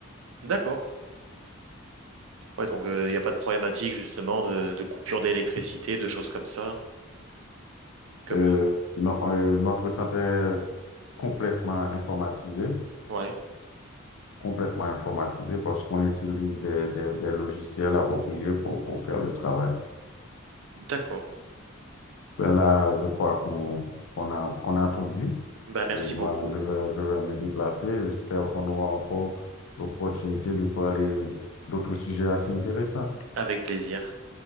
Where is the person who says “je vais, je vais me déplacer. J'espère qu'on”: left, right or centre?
Left